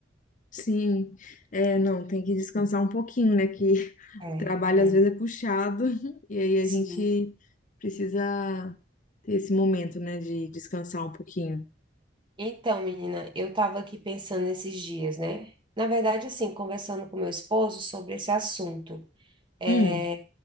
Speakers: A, on the left; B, on the right.
A: Sim, é, não, tem que descansar um pouquinho, né? Que <laughs>
B: É,
A: o trabalho
B: é,
A: às vezes é puxado <laughs> e aí
B: sim.
A: a gente precisa ter esse momento, né, de descansar um pouquinho.
B: Então, menina, eu tava aqui pensando esses dias, né? Na verdade, assim, conversando com meu esposo sobre esse assunto. é,
A: Hum,